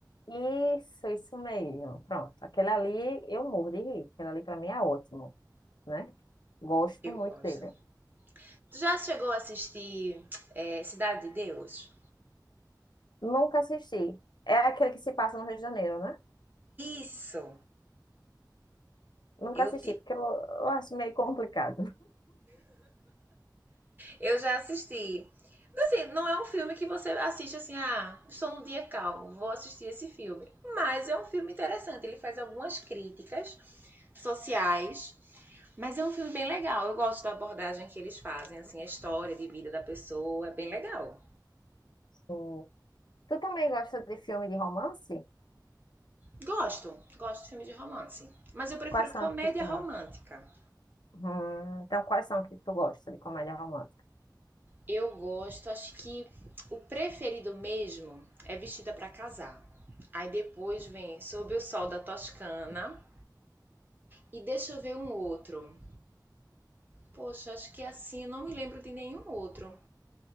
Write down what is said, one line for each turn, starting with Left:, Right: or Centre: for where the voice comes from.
Left: Isso, isso mesmo. Pronto, aquele ali eu morro de rir. Aquele ali para mim é ótimo, né? Gosto
Right: Eu
Left: muito
Right: gosto.
Left: dele.
Right: Tu já chegou a assistir eh, Cidade de Deus?
Left: Nunca assisti. É aquele que se passa no Rio de Janeiro, né?
Right: Isso!
Left: Nunca
Right: Eu
Left: assisti,
Right: te...
Left: porque eu, eu acho meio complicado.
Right: Eu já assisti. Assim, não é um filme que você assiste assim, ah, estou num dia calmo, vou assistir esse filme. Mas é um filme interessante, ele faz algumas críticas sociais, mas é um filme bem legal. Eu gosto da abordagem que eles fazem, assim, a história de vida da pessoa, é bem legal.
Left: <laughs> Sim, Tu também gosta de filme de romance?
Right: Gosto, gosto de filme de romance, mas eu prefiro
Left: Quais são
Right: comédia
Left: os que tu
Right: romântica.
Left: Hum, então, quais são os que tu gosta de comédia romântica?
Right: Eu gosto, acho que o preferido mesmo é Vestida para Casar. Aí depois vem Sob o Sol da Toscana. E deixa eu ver um outro. Poxa, acho que assim eu não me lembro de nenhum outro